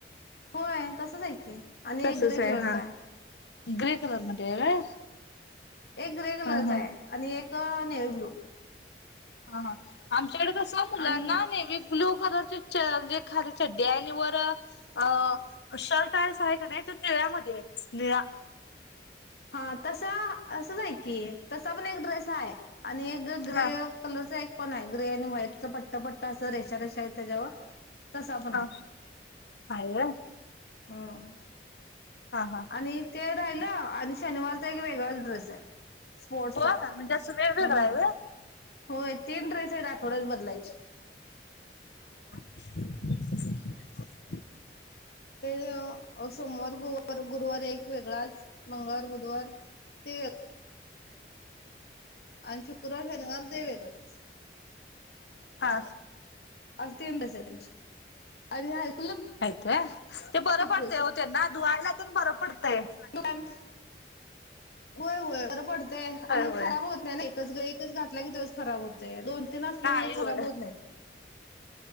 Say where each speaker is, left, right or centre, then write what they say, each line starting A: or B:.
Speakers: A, on the left; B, on the left.
A: होय तसच आहे की आणि एक
B: तसच
A: ग्रे कलरचा
B: आहे हा ग्रे कलर मध्ये आहे व्हय
A: एक ग्रे कलरचा
B: हा हा
A: आहे आणि एक नेवी ब्लू
B: ह हा आमच्याकडे कस मुलांना
A: आणि
B: नेव्ही ब्लू कलर ची च म्हणजे खाली चड्डी य आणि वर अ शर्ट आहे का नाही त निळ्यामध्ये निळा
A: हा तस असंच आहे की तसा पण एक ड्रेस हाय आणि एक ग्रे
B: हा
A: कलरचा एक - पण आहे ग्रे आणि व्हाईटच पट्ट पट्टा असं रेषा रेषा आहे त्याच्यावर तसा पण आहे
B: ह हाय व्हय
A: हम
B: हा हा
A: आणि ते राहिलं आणि शनिवारचा एक वेगळाच ड्रेस हाय स्पोर्टस
B: होय
A: चा
B: म्हणजे असं वेगवेगळं
A: हम्
B: आहे व्हय
A: होय तीन ड्रेस आहेत अठवड्यात बदलायचे
B: <inaudible>
A: ते सोमवार गुरुवार गुरुवार एक वेगळाच मंगळवार बुधवार तेवे आणि शुक्रवार शनिवार ते वेगळाच
B: हा
A: <unintelligible>
B: हाय काय ते
A: एकच
B: बरं पडतय
A: ड्रेस
B: ओ
A: आहे
B: त्यांना धुवायला तेन बर प - तय <unintelligible>
A: पॅन्ट होय होय बरं पडतेय आणि
B: होय
A: खराब होत नाही ना एकच एकच घातला कि त्यो - खराब होत दोन तीन असले
B: नाही
A: म्हणजे खराब
B: होय
A: होत नाहीत